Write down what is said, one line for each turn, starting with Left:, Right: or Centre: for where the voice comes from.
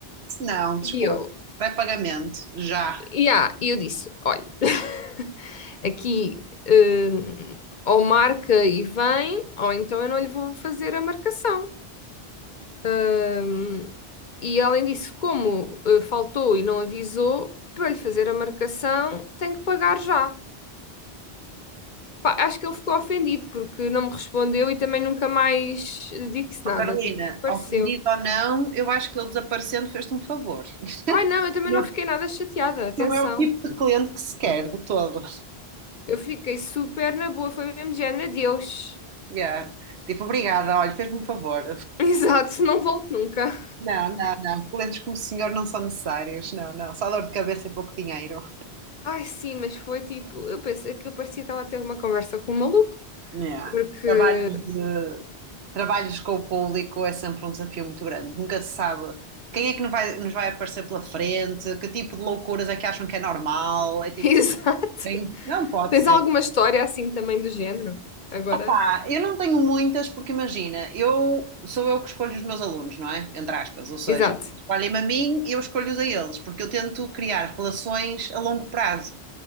Right: Não, desculpa.
Left: E eu,
Right: Vai pagamento, já.
Left: yeah, e eu disse, olha. <laughs> aqui hum, ou marca e vem, ou então eu não lhe vou fazer a marcação. Hum, e além disso, como eh, faltou e não avisou, para lhe fazer a marcação, tem que pagar já. Pá, acho que ele ficou ofendido porque não me respondeu e também nunca mais disse nada,
Right: Ó Carolina,
Left: tipo, desapareceu.
Right: ofendido ou não, eu acho que ele desaparecendo fez-te um favor.
Left: Ai não, eu também
Right: Não
Left: não fiquei nada chateada, atenção.
Right: não é o tipo de cliente que se quer, de todo.
Left: Eu fiquei super na boa, foi mesmo de género, adeus.
Right: Yeah. Tipo, obrigada, olha, fez-me um favor.
Left: <laughs> Exato, não volto nunca.
Right: Não, não, não. Clientes como o senhor não são necessários. Não, não. Só dor de cabeça e pouco dinheiro.
Left: Ai, sim, mas foi tipo, eu pensei que eu parecia que estava a ter uma conversa com um maluco,
Right: Yeah.
Left: porque.
Right: Trabalhos, de- trabalhos com o público é sempre um desafio muito grande. Nunca se sabe quem é que nos vai, nos vai aparecer pela frente, que tipo de loucuras é que acham que é normal.
Left: <laughs>
Right: É tipo,
Left: Exato.
Right: bem, não pode
Left: Tens
Right: ser.
Left: alguma história assim também do género? Agora?
Right: Opa, eu não tenho muitas porque imagina, eu sou eu que escolho os meus alunos, não é? Entre aspas, ou seja,
Left: Exato.
Right: escolhem-me a mim e eu escolho-os a eles, porque eu tento criar relações a longo prazo,